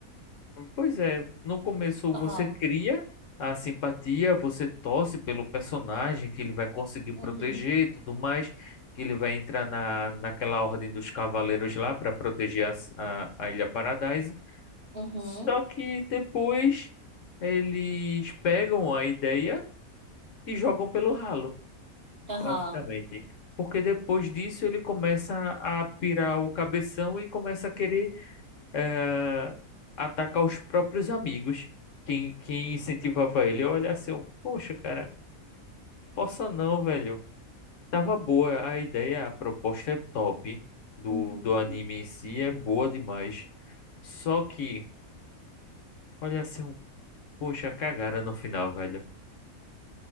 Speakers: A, on the left (about 60°); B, on the right (about 45°).
A: pois é, no começo
B: Aham.
A: você cria a simpatia, você torce pelo personagem que ele vai conseguir proteger
B: Uhum.
A: e tudo mais, que ele vai entrar na, naquela ordem dos cavaleiros lá para proteger a, s- a, a Ilha Paradise.
B: Uhum.
A: Só que depois eles pegam a ideia e jogam pelo ralo,
B: Aham.
A: basicamente. Porque depois disso ele começa a pirar o cabeção e começa a querer eh, atacar os próprios amigos. Quem, quem incentivava ele a olhar assim, eu, poxa, cara, força não, velho. Tava boa a ideia, a proposta é top do,
B: Uhum.
A: do anime em si, é boa demais. Só que, olha assim, eu, poxa, cagada no final, velho.